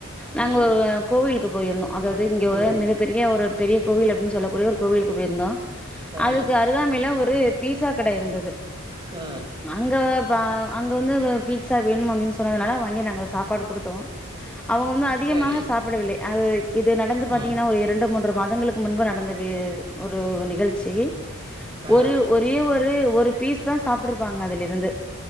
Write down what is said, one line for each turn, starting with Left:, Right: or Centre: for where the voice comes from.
Centre: நாங்க
Right: ம்
Centre: ஒரு கோவிலுக்கு போயிருந்தோ அதாது இங்க ஓர்
Right: ம்
Centre: மிக பெரிய ஒரு பெரிய கோவில் அப்டின்னு சொல்லக்கூடிய ஒரு கோவிலுக்கு போயிருந்தோ
Right: ஆ
Centre: அதுக்கு அ அருகாமைல ஒரு பீஸா கடை இருந்தது
Right: ஆ
Centre: அங்க ப அங்க வந்து பீட்சா வேணும் அப்டின்னு சொன்னதுனால வாங்கி நாங்க சாப்பாடு குடுத்தோ அவுங்க வந்து அதிகமாக
Right: சரி
Centre: சாப்பிடவில்லை அது இது நடந்து பாத்தீங்கன்னா
Right: ம்
Centre: ஒரு இரண்டு மூன்று மாதங்களுக்கு முன்பு நடந்த வே ஒரு நிகழ்ச்சி
Right: ஆ
Centre: ஒரு ஒரு ஒரே ஒரு ஒரு பீஸ் தா சாப்புட்டு இருப்பாங்க அதுல இருந்து